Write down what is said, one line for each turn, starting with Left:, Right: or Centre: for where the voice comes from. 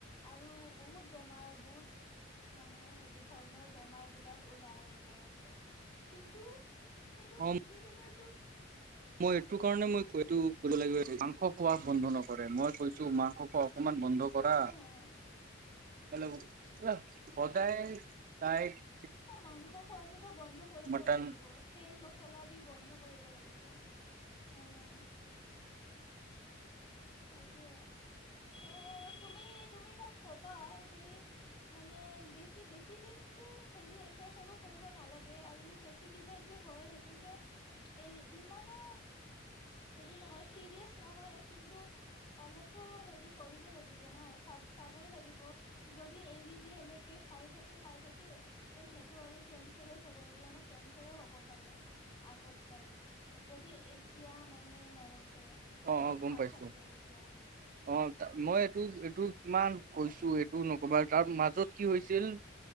Left: আৰু বহুত বেমাৰ বহুত মানে হেৰি ধৰণৰ বেমাৰবিলাক ওলাই ওলাই আছে কিন্তু সেইটো
Right: অ
Left: ফেটিলিভাৰ
Right: মই এইটো কাৰণে মই কৈ কৰিব লাগিব মাংস খোৱাক বন্ধ নকৰে মই কৈছো মাকক কক অক'মান বন্ধ কৰা
Left: অঁ অঁ
Right: মই সদায় তাইক।
Left: অ' মাংস খোৱাটোতো বন্ধ কৰিব
Right: মটন
Left: লাগিব তেল মছলা বি বন্ধ কৰিব লাগিব। অহ সেইটোৱে ত' তুমি তুমি তাক ক'বা যে মানে বেছি বেছি দিনটো হেৰি এক্সাৰচাইজ এইবোৰ কৰিব নালাগে আৰু ফেটি লিভাৰ যি হয় সেইটো যে এই ইমানো হেৰি নহয় চিৰিয়াছ নহয় কিন্তু অলপতো হেৰি কৰিব লাগিব ন চাব চাবই লাগিব যদি এৰিদিয়ে এনেকৈ খাই থাকি খাই থাকে তেন সেইটো আৰু কেঞ্চাৰে চাব লাগিব ন কেঞ্চাৰো হ'ব পাৰে আগত যাই যদি এতিয়া মানে নৰখে
Right: অ
Left: এইবোৰ
Right: অ গম
Left: খাই
Right: পাইছো
Left: থাকে।
Right: অ'
Left: তেতিয়া
Right: মই এইটো এইটো কিমান
Left: সেইটোৱে
Right: কৈছো এইটো নকবা তাৰ মাজত কি হৈছিল